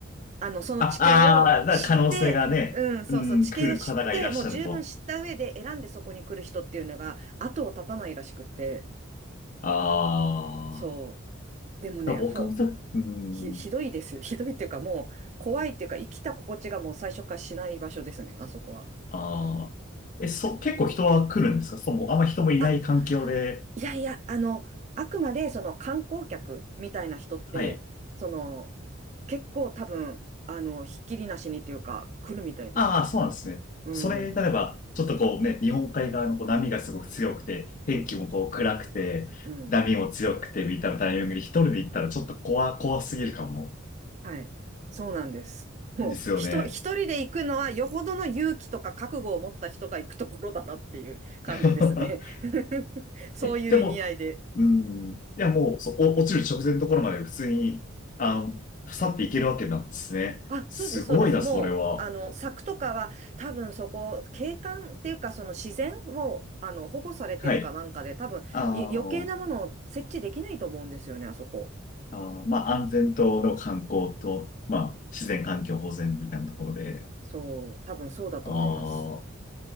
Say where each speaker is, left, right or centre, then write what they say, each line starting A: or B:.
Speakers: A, on the right (about 35°); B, on the left (about 40°).
A: あの、その地形を知って、
B: あ、ああ、だ可能性がね、
A: うん、そうそう、
B: うん、
A: 地形を知って、
B: 来る方がいらっしゃると。
A: もう十分知った上で選んでそこに来る人っていうのが後を絶たないらしくって、
B: ああ。
A: そう。でもね、
B: だ僕もさ、
A: ほ、
B: うん。
A: ひ、ひどいですよ。<laughs> ひどいっていうかもう怖いっていうか生きた心地がもう最初からしない場所ですね、あそこは。
B: ああ。え、そ、結構人は来るんですかそう、もうあんま人もいない環境で。
A: あ、いやいや、あの、あくまでその観光客みたいな人って、
B: はい。
A: その、結構多分、あの、ひっきりなしにっていうか来るみたいですよ。
B: ああ、そうなんですね。
A: うん、
B: それ、例えば、ちょっとこうね、日本海側のこう波がすごく強くて、天気もこう暗くて、
A: うん、うん。
B: 波も強くて、みたいなタイミングで一人で行ったらちょっと怖、怖すぎるかも。
A: はい。そうなんです。もう、
B: ですよね。
A: ひと一人で行くのは、よほどの勇気とか覚悟を持った人が行くところだなっていう感じですね。
B: <laughs>
A: <laughs> そういう意味合いで。
B: え、でも、うん、いやもう、そう、お落ちる直前のところまで普通に、あの、去っていけるわけなんですね。
A: あ、
B: すごいな、
A: そうです、そうです。もう、
B: それは。
A: あの、柵とかは、多分そこ、景観っていうか、その自然を、あの、保護されてるかなんかで、
B: はい。
A: 多分、
B: あの、
A: い余計なものを設置できないと思うんですよね、あそこ。
B: あの、まあ、安全との観光と、まあ、自然環境保全みたいなところで、
A: そう、多分そうだと思います。
B: ああ、